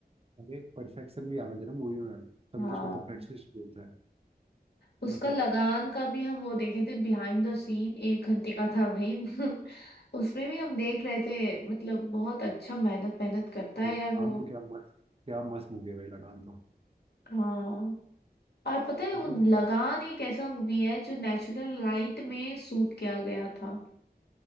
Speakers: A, on the right (about 35°); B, on the left (about 75°).
A: अरे परफेक्शन भी आना चाहिए मूवी में तभी
B: हाँ
A: तो उसको परफेक्शनिस्ट बोलते हैं
B: उसका
A: मतलब
B: लगान का भी हम वो देखे थे बिहाइंड द सीन एक घंटे का था भाई <laughs> उसमें भी हम देख रहे थे मतलब बहुत अच्छा मेहनत मेहनत करता है
A: लगान
B: यार वो
A: तो क्या मस्त क्या मस्त मूवी है भाई लगान तो
B: हाँ और पता है
A: मतलब
B: वो लगान एक ऐसा मूवी है जो नेचुरल लाइट में शूट किया गया था